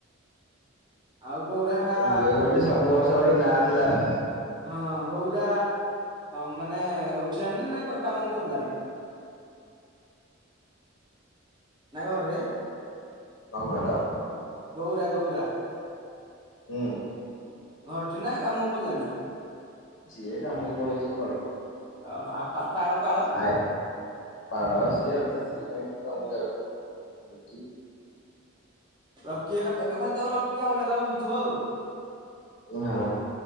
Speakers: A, on the right; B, on the left.
A: ଆଉ। ଗୌରା ହେକା
B: ହୁଏ ଗୋଟେ ସବୁ ବର୍ଷ ଗୋଟେ ନାଁ ଥିଲା ଆଉ।
A: ହଁ ଗୌରା ମାନେ ଉଠିଲାଣି ନା ନା କାମକୁ ଗଲାଣି? ନା ଘରେ
B: କଣ କହିଲ?
A: ଗୌରା ଗୌରା
B: ହୁଁ।
A: ଘରଠି ନା କାମକୁ ପଳେଇଲାଣି?
B: ସିଏ କାମକୁ ପଳୋଉଚି ସକାଳୁ।
A: ଅହ ଆ ପା ପାଡ଼ ପାଡ଼
B: ଆଏ <unintelligible> ସିଏ କାଇଁ ତମକୁ ଧ ବୁଝି
A: ରକି କଥା ଏବେ ଖାଲି ତମେ ରକି ହାଉଳି ବୁଲୁଥିବ ଆଉ।
B: ହଁ